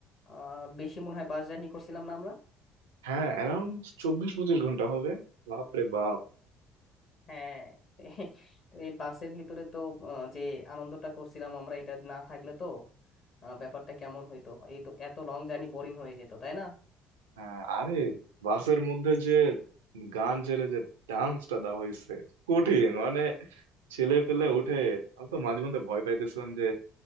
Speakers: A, on the left; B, on the right.
A: আর বেশি মনে হয় বাস জার্নি করছিলাম না আমরা
B: হ্যাঁ অ্যারাউন্ড চব্বিশ পঁচিশ ঘন্টা হবে বাপরে বাপ
A: হ্যাঁ <laughs> এ- তো এই বাসের ভিতরে তো আহ, যে আনন্দটা করছিলাম আমরা এটা না থাকলে তো আহ, ব্যাপারটা কেমন হইতো এই তো এত লং জার্নি বোরিং হয়ে যেত তাই না
B: হ্যাঁ আরে বাসের মধ্যে যে গান ছেড়ে যে ডান্সটা দেওয়া হয়েছে কঠিন মানে ছেলে পেলে উঠে আমি তো মাঝে মধ্যে ভয় পাইতেছিলাম যে